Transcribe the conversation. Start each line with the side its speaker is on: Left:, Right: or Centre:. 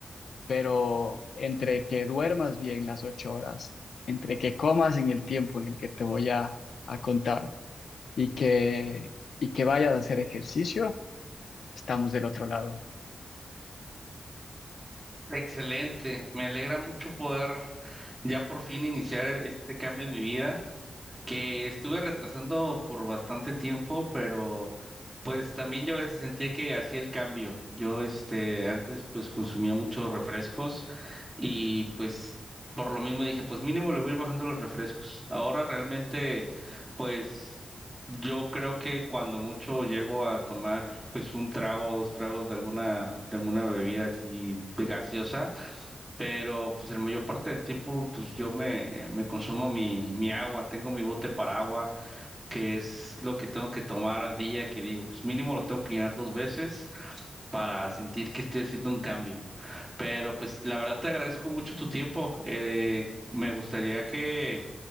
Left: pero entre que duermas bien las ocho horas, entre que comas en el tiempo en el que te voy a a contar y que, y que vayas a hacer ejercicio, estamos del otro lado.
Right: Excelente, me alegra mucho poder ya por fin iniciar e, este cambio en mi vida. que estuve retrasando por bastante tiempo, pero pues también yo a veces sentía que hacía el cambio. Yo, este, antes pues consumía muchos refrescos y pues por lo mismo dije, pues mínimo le voy a ir bajando los refrescos. Ahora realmente, pues yo creo que cuando mucho llego a tomar pues un trago o dos tragos de alguna, de alguna bebida así de gaseosa, pero pues el mayor parte del tiempo pues yo me, me consumo mi, mi agua, tengo mi bote para agua, que es lo que tengo que tomar al día, que digo, pues mínimo lo tengo que llenar dos veces para sentir que estoy haciendo un cambio. Pero pues la verdad te agradezco mucho tu tiempo. eh, me gustaría que